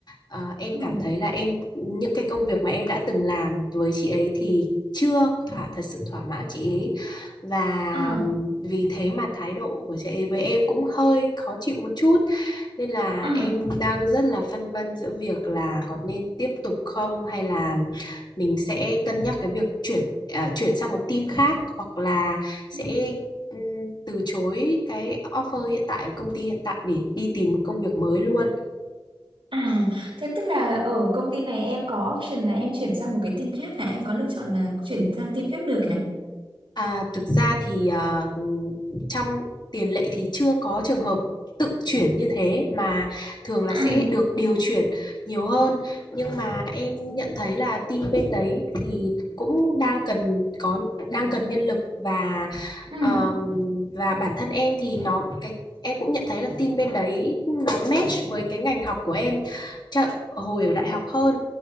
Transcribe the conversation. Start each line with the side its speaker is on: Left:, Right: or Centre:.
Left: à, em
Right: Ừ.
Left: cảm thấy là em những cái công việc mà em đã từng làm với chị ấy thì chưa thỏa thật sự thỏa mãn chị ấy và
Right: Ờ.
Left: vì thế mà thái độ của chị ấy với em cũng hơi khó chịu một chút nên là
Right: Ờ.
Left: em đang rất là phân vân giữa việc là có nên tiếp tục không hay là mình sẽ cân nhắc cái việc chuyển à, chuyển sang một team khác hoặc là sẽ
Right: Ờ.
Left: ừm, từ chối cái offer hiện tại ở công ty hiện tại để đi tìm một công việc mới luôn
Right: À, thế tức là ở công ty này em có option là em chuyển sang một cái team khác hả? Em có lựa chọn là chuyển sang team khác được hả?
Left: À, thực ra thì à, trong tiền lệ thì chưa có trường hợp tự chuyển như thế mà thường là
Right: À,
Left: sẽ được điều chuyển nhiều hơn nhưng mà em nhận thấy là team bên đấy thì cũng đang cần có đang cần nhân lực và
Right: ừ,
Left: ờm, và bản thân em thì nó cái em cũng nhận thấy là team bên đấy nó match với cái ngành học của em chợ, hồi ở đại học hơn